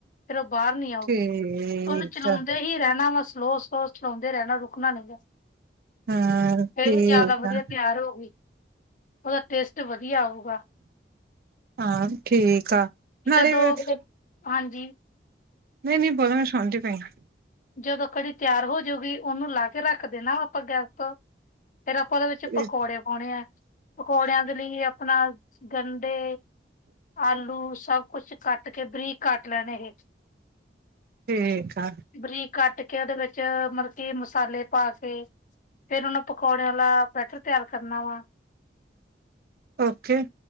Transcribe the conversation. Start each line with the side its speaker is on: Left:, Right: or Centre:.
Left: ਫਿਰ ਉਹ ਬਾਹਰ ਨੀ ਆਊਗੀ,
Right: ਠੀਕ
Left: ਉਹਨੂੰ ਚਲਾਉਂਦੇ
Right: ਆ
Left: ਹੀ ਰਹਿਣਾ ਵਾ ਸਲੋ ਸ ਸੁਾਉਂਦੇ ਰਹਿਣਾ ਰੁਕਣਾ ਨੀ ਗਾ,
Right: ਹਾਂ ਠੀਕ
Left: ਫਿਰ ਉਹ ਜ਼ਿਆਦਾ ਵਧੀਆ
Right: ਆ
Left: ਤਿਆਰ ਹੋਉਗੀ। ਉਹਦਾ ਟੇਸਟ ਵਧੀਆ ਆਊਗਾ।
Right: ਹਾਂ, ਠੀਕ ਆ। ਨਾਲੇ
Left: ਜਦੋ,
Right: ਨਹੀਂ
Left: ਫਿਰ ਹਾਂਜੀ।
Right: ਨਹੀਂ-ਨਹੀਂ, ਬੋਲੋ ਮੈਂ ਸਾਉਣੀ ਪਈ।
Left: ਜਦੋਂ ਕੜੀ ਤਿਆਰ ਹੋਜੂਗੀ, ਉਹਨੂੰ ਲਾ ਕੇ ਰੱਖ ਦੇਣਾ ਆਪਾਂ ਗੈਸ ਤੋਂ ਫੇਰ ਆਪਾਂ ਉਹਦੇ ਵਿੱਚ
Right: ਆ
Left: ਪਕੌੜੇ ਪਾਉਣੇ ਆ, ਪਕੌੜਿਆਂ ਦੇ ਲਈ ਆਪਣਾ ਗੰਦੇ ਆਲੂ ਸਭ ਕੁਛ ਕੇ ਬਰੀਕ ਲੈਣੇ ਇਹੇ
Right: ਠੀਕ ਆ।
Left: ਬਰੀਕ ਕੱਟ ਕੇ ਉਹਦੇ ਵਿੱਚ ਮਤਲਬ ਕੀ ਮਸਾਲੇ ਪਾ ਕੇ ਫੇਰ ਪਕੌੜਿਆਂ ਆਲਾ ਬੈਟਰ ਤਿਆਰ ਕਰਨਾ ਵਾ।
Right: ਓਕੇ।